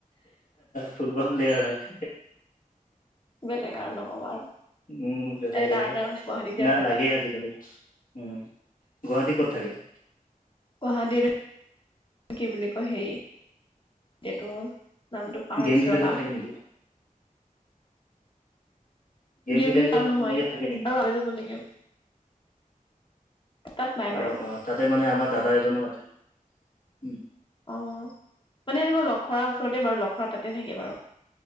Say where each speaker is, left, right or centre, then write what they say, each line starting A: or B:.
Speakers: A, on the left; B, on the left.
A: ফুটবল প্লেয়াৰ হয়। <inaudible>
B: বেলেগ আৰু নকবা আৰু
A: উম, বেলেগ
B: এই তাৰ
A: আৰু
B: কাৰণে গুৱাহাটীতে
A: না
B: আছে
A: লাগে
B: তাই
A: আজিকালি। উম, গুৱাহাটী ক'ত থাকে?
B: গুৱাহাটীতো কি বুলি কয় হেৰিত এইটো নামটো পাহৰিছো
A: গেম ভিলেজত
B: ৰবা।
A: থাকে নেকি?
B: গেম
A: ভিলেজত
B: খেলা নহয়
A: এনেকে থাকে নেকি?
B: আৰু আগাই যাব লাগে তাত নাই
A: অ',
B: বাৰু
A: অ', তাতে মানে আমাৰ দাদা এজনো আছে উম,
B: অ', মানে তোমাৰ লখৰা ওচৰতে বাৰু লখৰা তাতে থাকে বাৰু।